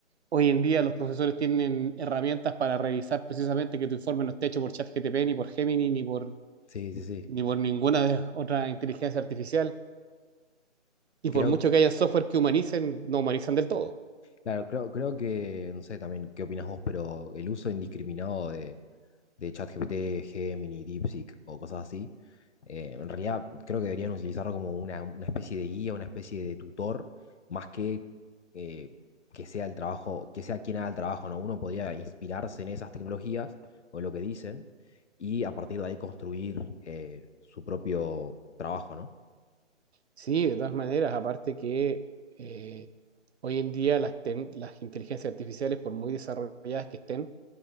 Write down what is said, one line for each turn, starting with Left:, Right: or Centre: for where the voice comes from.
Right: Hoy en día los profesores tienen herramientas para revisar precisamente que tu informe no esté hecho por ChatGPT, ni por Gemini, ni por,
Left: sí, sí, sí.
Right: ni por ninguna de otra inteligencia artificial. Y por
Left: Creo,
Right: mucho que haya software que humanicen, no humanizan del todo.
Left: claro, creo, creo que, no sé también qué opinas vos, pero el uso indiscriminado de de ChatGPT, Gemini, DeepSeek o cosas así. Eh, en realidad creo que deberían utilizarlo como una, una especie de guía, una especie de tutor, más que eh, que sea el trabajo, que sea quien haga el trabajo, ¿no? Uno podría inspirarse en esas tecnologías o en lo que dicen y a partir de ahí construir eh, su propio trabajo, ¿no?
Right: Sí, de todas maneras, aparte que eh, hoy en día las, tec- las inteligencias artificiales, por muy desarrolladas que estén,